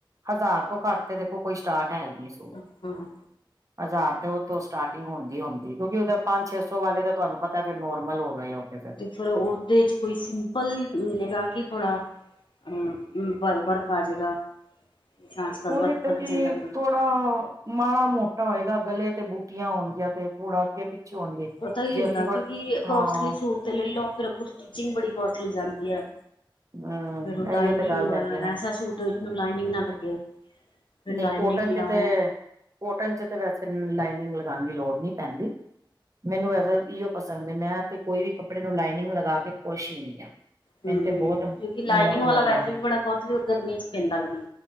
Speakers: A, on the right; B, on the left.
A: ਹਜ਼ਾਰ ਤੋਂ ਘੱਟ ਤੇ ਦੇਖੋ ਕੋਈ ਸਟਾਰਟ ਹੈ ਨਹੀਂ
B: ਹ ਹਾਂ
A: ਹਜ਼ਾਰ ਤੇ ਉਹੋਂ ਸਟਾਰਟਿੰਗ ਹੁੰਦੀ ਹੁੰਦੀ ਕਿਉਂਕਿ ਉਹ ਪੰਜ ਛੇ ਸੌ ਵਾਲੇ ਤਾਂ ਤੁਹਾਨੂੰ ਪਤਾ ਫ ਨੋਰਮਲ ਹੋ ਗਏ ਉਹ ਤੇ
B: ਤੇ ਫਿਰ ਉਹਦੇ ਚ ਕੋਈ ਸਿੰਪਲ ਮਿਲੇਗਾ ਕਿ ਥੋੜਾ ਹਮ ਵਰਖ ਆਜ ਗਾਛ ਅੱਜ ਕੱਲ
A: ਉਹਦੇ
B: ਵਰਖ
A: ਤੇ
B: ਵਾਲਾ
A: ਕੀ
B: ਚੱਲਦਾ ਪੈਂਦਾ
A: ਥੋੜਾ ਮਾੜਾ ਮੋਟਾ ਹੋਏਗਾ ਗਲੇ ਤੇ ਬੂਟੀਆਂ ਹੋਣਗੀਆਂ ਤੇ ਥੋੜਾ ਅੱਗੇ ਪਿੱਛੇ ਹੋਣਗੇ
B: ਪਤਾ ਹੀ
A: ਜੇ
B: ਹੁੰਦਾ
A: ਅਸੀਂ
B: ਕਿਉਂਕਿ ਕੋਸਟਲੀ
A: ਹਾਂ
B: ਸੂਟ ਤੇ ਲੈ ਲ ਫੇਰ ਅੱਗ ਸਟਿਚਿੰਗ ਬੜੀ ਕੋਸਟਲੀ ਜਾਂਦੀ ਹੈ
A: ਹਮ
B: ਫੇਰ ਉਹ ਲਾਈਨਿੰਗ
A: ਇਹੀਓ ਤੇ ਗੱਲ
B: ਵੈਰਾ
A: ਹੈਗੀ ਹੈ ਨਾ
B: ਐਸਾ ਸੂਟ ਜਿਹਨੂੰ ਲਾਈਨਿੰਗ ਨਾ ਲੱਗੇ ਫਿਰ ਲਾਈਨਿੰਗ
A: ਨਹੀਂ ਕੋਟਨ
B: ਲਾਓ
A: ਚ ਤੇ ਕੋਟਨ ਚ ਤੇ ਵੈਸੇ ਲਾਈਨਿੰਗ ਲਗਾਉਣ ਦੀ ਲੋੜ ਨਹੀਂ ਪੈਂਦੀ ਮੈਨੂੰ ਵਸ ਇਓ ਪਸੰਦ ਹੈ ਮੈਂ ਇਥ ਕੋਈ ਵੀ ਕੱਪੜੇ ਨੂੰ ਲਾਈਨਿੰਗ ਲਗਾ ਕੇ ਖੁਸ਼ ਹੀ ਨੀ ਆ
B: ਹੂੰ
A: ਮੈਨੂੰ ਤੇ
B: ਹੂੰ
A: ਬਹੁਤ
B: ਕਿਉਂਕਿ ਲਾਈਨਿੰਗ
A: ਮੌਤ
B: ਵਾਲਾ
A: ਨਜ਼ਰ
B: ਵੈਸੇ
A: ਆ
B: ਵੀ ਬੜਾ ਕੋਸਟਲੀ ਗਰਮੀਆਂ ਚ ਪੈਂਦਾ ਵੀ ਨੀ